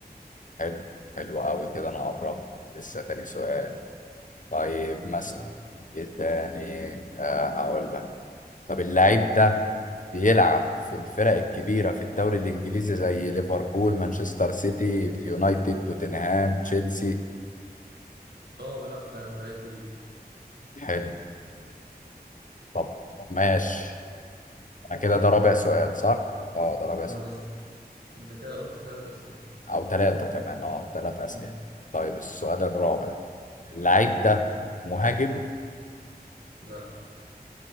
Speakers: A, on the left (about 50°); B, on the right (about 80°).
A: حلو حلو قوي كده انا قربت لسه تاني سؤال طيب مثلا
B: يلا.
A: ايه تاني آه هقول لك طب اللعيب ده بيلعب في الفرق الكبيرة في الدوري الإنجليزي زي ليفربول مانشستر سيتي اليونايتد توتنهام تشيلسي
B: اه بيلعب في فريق كبير
A: حلو طب ماشي أنا كده ده رابع سؤال صح؟ اه ده رابع
B: اه
A: سؤال
B: لسه انت كده قلت ثلاث اسئله
A: أو ثلاثة كمان اه ثلاثة أسئلة
B: مم.
A: طيب السؤال الرابع اللعيب ده مهاجم
B: لا